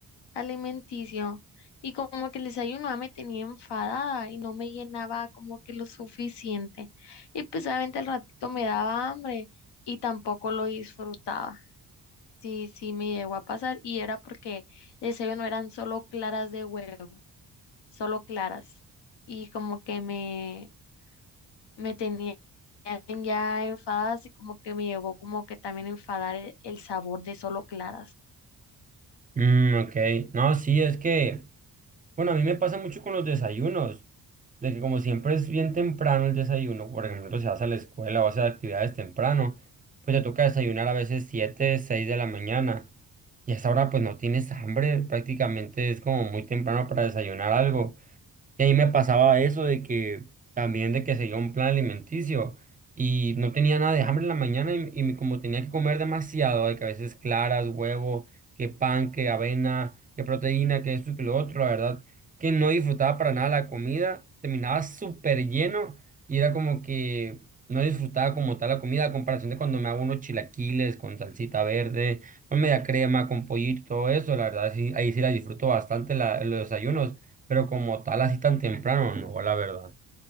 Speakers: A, on the left; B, on the right.
A: alimenticio y como que el desayuno ya me tenía enfadada y no me llenaba como que lo suficiente. Y pues obviamente al ratito me daba hambre y tampoco lo disfrutaba. Sí, sí, me llegó a pasar y era porque el desayuno eran solo claras de huevo, solo claras. Y como que me, me tenían ya enfadadas y como que me llegó como que también a enfadar el, el sabor de solo claras.
B: Mm, ok, no, sí, es que... Bueno, a mí me pasa mucho con los desayunos, de que como siempre es bien temprano el desayuno, por ejemplo, se vas a la escuela o hace actividades temprano, pues te toca desayunar a veces 7 6 de la mañana. Y a esa hora pues no tienes hambre, prácticamente es como muy temprano para desayunar algo. Y ahí me pasaba eso de que también de que seguía un plan alimenticio y no tenía nada de hambre en la mañana y, y me- como tenía que comer demasiado, de que a veces claras, huevo, que pan, que avena, que proteína, que esto y que lo otro, la verdad que no disfrutaba para nada la comida, terminaba súper lleno y era como que no disfrutaba como tal la comida a comparación de cuando me hago unos chilaquiles con salsita verde, con media crema, con pollito, todo eso, la verdad sí, ahí sí la disfruto bastante la, los desayunos pero como tal, así tan temprano, no, la verdad.